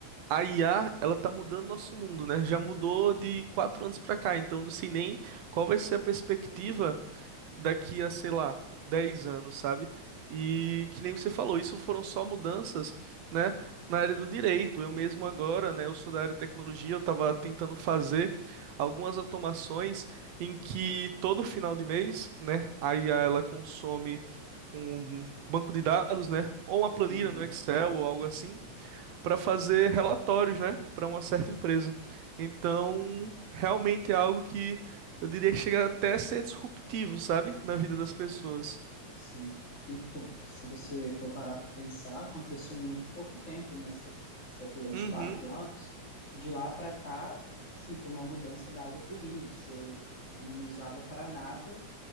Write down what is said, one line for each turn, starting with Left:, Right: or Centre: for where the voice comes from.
Right: a IA, ela tá mudando nosso mundo, né? Já mudou de quatro anos pra cá, então eu não sei nem qual vai ser a perspectiva daqui a, sei lá, 10 anos, sabe? E que nem você falou, isso foram só mudanças, né, na área do direito. Eu mesmo agora, né, eu sou da área de tecnologia, eu estava tentando fazer algumas automações em que todo final de mês, né, a IA ela consome um banco de dados, né, ou uma planilha
Left: Uhum,
Right: no Excel ou algo assim, para fazer relatórios, né, para uma certa empresa. Então, realmente é algo que eu diria que chega até a ser disruptivo, sabe, na vida das pessoas.
Left: sim. E fo- se você for parar para pensar, aconteceu em muito pouco tempo, né? Você, você falou uns
Right: Uhum,
Left: quatro anos. De lá para cá, assim, foi uma mudança da água para o vinho. Você não usava para nada